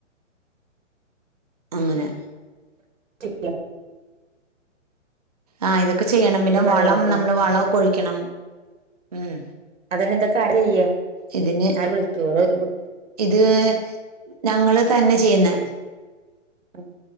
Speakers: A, on the right; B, on the right.
A: അങ്ങനെ
B: ശിക്കെ
A: ആഹ് ഇതൊക്കെ ഒെ ചെയ്യണം
B: ഇതിലെ
A: പിന്നെ
B: പണികളൊക്കെ
A: വളം നമ്മൾ വളംൊഴിക്കും ിക്കണം ഉം
B: അതന്നെ ഇതൊക്കെ ആര ചെയ്യ
A: ഇതിന്
B: ആര് വിളിക്കള്ളൂ
A: ഇത് ഞങ്ങള് തന്നെ ചെയ്യുന്ന
B: ഉം